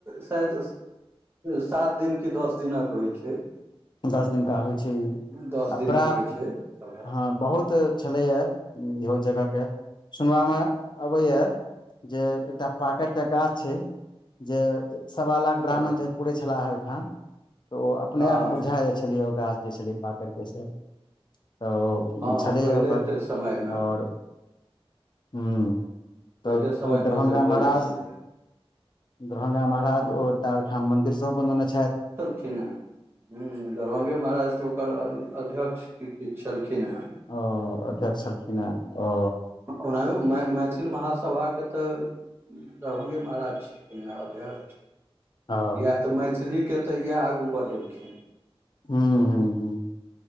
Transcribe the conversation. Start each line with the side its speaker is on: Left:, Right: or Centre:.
Right: शायद सात दिन की दस दिनक होइ छैय।
Left: दस दिनका होइ छैय
Right: दस
Left: आ
Right: दिनक
Left: बड़ा
Right: होइ छै सभा
Left: हँ। बहुत छलैया इहो जगहके सुनबामे अबैया जे एकटा पाकड़ के गाछ छैय जे सवा लाख
Right: अच्छा
Left: ब्राह्मण जे पुरे छलाह ओहिठाम तऽ ओ अपनेआप
Right: हँ
Left: छलियै ओ गाछ जे छलै पाकड़ के से तऽ ओ
Right: हँ
Left: छलैया
Right: पहिले
Left: ओकर
Right: के समय मे
Left: आओर हू तब
Right: पहिले समय
Left: ओ दरभंगा
Right: मे ओते भऽ
Left: महाराज
Right: जाइ छलैया
Left: दरभंगा म
Right: हँ
Left: ओटा ओहिठाम मंदिर सेहो बनौने छथि।
Right: खिन हँ हँ दरभंगे महाराज तऽ ओकर अध्यक्ष किछु छलखिन हँ।
Left: ओ अध्यक्ष छलखिन ह ओ।
Right: ओनाहियो मैथिल महासभा के तऽ दरभंगे महाराज छलखिन अध्यक्ष।
Left: ओ
Right: यैह तऽ मैथिलीके तऽ यैह आगू बढ़ेलखिन।
Left: हूँ हूँ हूँ